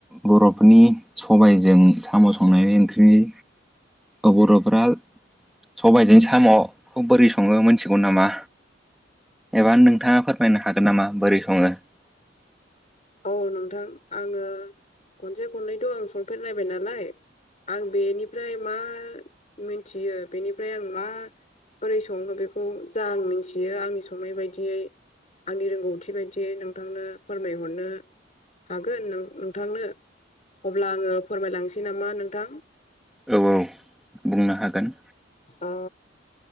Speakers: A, in the centre; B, on the left (about 40°).
A: बर'फोरनि सबायजों साम' संनायनि ओंख्रिनि ओ बर'फोरा सबायजों साम'खौ बोरै सङो मोनथिगौ नामा? एबा नोंथाङा फोरमायनो हागोन नामा बोरै सङो?
B: औ नोंथां आङो खनसे खननैथ' आं संफेरनायबाय नालाय आं बेनिफ्राय मा मिनथियो बेनिफ्राय आं मा बोरै सङो बेखौ जा आं मिन्थियो आंनि संनाय बायदियै आंनि रोंगौथि बायदियै नोंथांनो फोरमाय हरनो हागोन नों-नोंथांनो अब्ला आङो फोरमायलांसै नामा नोंथां?
A: औ औ बुंनो हागोन
B: ओ